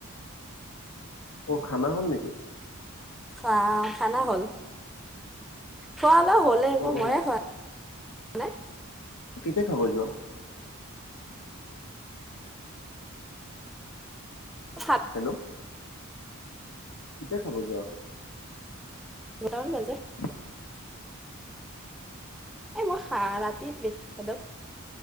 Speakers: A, on the left; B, in the centre.
A: অ খানা হল নেকি
B: খোৱা খানা হ'ল খোৱা অলপ হ'লে আকৌ
A: অ' অ'
B: ময়ে খোৱা নাই
A: কেতিয়া খাব যোৱা
B: <unintelligible>
A: হেল্ল' কেতিয়া খাব যোৱা
B: দুটা মান বাজে
A: <unintelligible>
B: এই মোৰ ৰাতিত বেছি খালেও